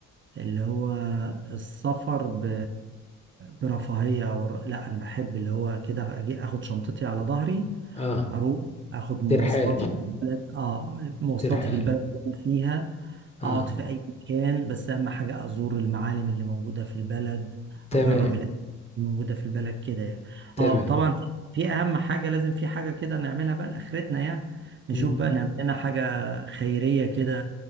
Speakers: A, on the right (about 40°); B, on the left (about 20°).
A: اللي هو السفر ب... برفاهية أو لا أنا بحب اللي هو كده أجي أخد شنطتي على ظهري
B: اه
A: أروح أخد مواصلاتي
B: ترحال
A: في البلد آه مواصلاتي
B: ترحال
A: في البلد اللي أنا فيها
B: اه
A: أقعد في أي مكان بس أهم حاجة أزور المعالم اللي موجودة في البلد
B: تمام
A: أجرب الأكل اللي موجودة في البلد كده يعني
B: تمام
A: آه وطبعا في أهم حاجة لازم في حاجة كده نعملها بقى لآخرتنا يعني نشوف
B: م.
A: بقى نعمل لنا حاجة خيرية كده